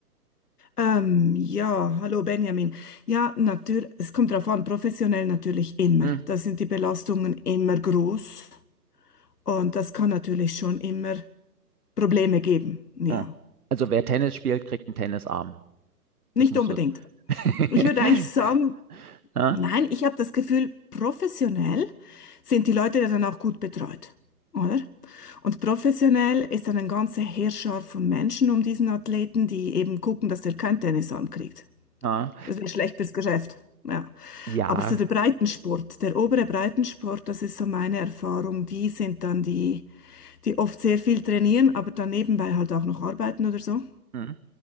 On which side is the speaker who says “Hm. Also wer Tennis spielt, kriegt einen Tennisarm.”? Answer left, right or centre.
Right